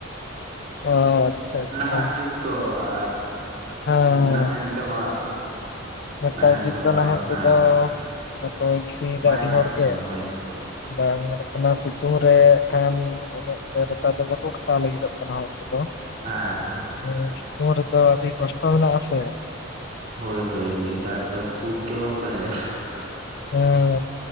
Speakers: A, on the left; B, on the right.
A: ᱚ ᱟᱪᱪᱷᱟ ᱟᱪᱪᱷᱟ
B: ᱱᱟᱦᱟᱜ ᱡᱩᱜᱽ ᱛᱚ ᱟ.
A: ᱦᱮᱸ
B: ᱱᱟᱦᱮᱞ ᱛᱮᱢᱟ᱾
A: ᱱᱮᱛᱟᱨ
B: ᱱᱟᱦᱮᱞ
A: ᱡᱩᱜᱽ
B: ᱛᱮᱢᱟ
A: ᱫᱚ ᱱᱟᱦᱮᱞ
B: ᱦᱮᱸ
A: ᱛᱮᱫᱚ ᱵᱟᱠᱩ ᱥᱩᱭᱤᱫᱟ
B: ᱵᱟᱭ
A: ᱟᱹᱰᱤ
B: ᱜᱟᱱᱚᱜ
A: ᱦᱚᱲ ᱜᱮ
B: ᱠᱟᱱᱟ ᱦᱳᱭ ᱥᱮ
A: ᱵᱟᱝ᱾ ᱚᱱᱟ ᱥᱤᱛᱩᱝ ᱨᱮ ᱠᱷᱟᱱ ᱩᱱᱟᱹᱜ ᱫᱚ ᱱᱮᱛᱟᱨ ᱫᱚ ᱵᱟᱠᱚ ᱠᱷᱟᱴᱟᱣ ᱞᱟᱹᱜᱤᱫᱚᱜ ᱠᱟᱱᱟ ᱦᱚᱲ ᱠᱚᱫᱚ᱾
B: ᱦᱮᱸ
A: ᱦᱮᱸ ᱥᱤᱛᱩᱝ ᱨᱮᱫᱚ ᱟᱹᱰᱤ ᱠᱚᱥᱴᱚ ᱢᱮᱱᱟᱜ-ᱟ ᱥᱮ᱾
B: ᱦᱳᱭ ᱦᱳ ᱱᱮᱛᱟᱨ ᱫᱚ ᱥᱩᱠ ᱜᱮᱵᱚᱱ ᱯᱟᱡᱟᱭ᱾
A: ᱦᱮᱸ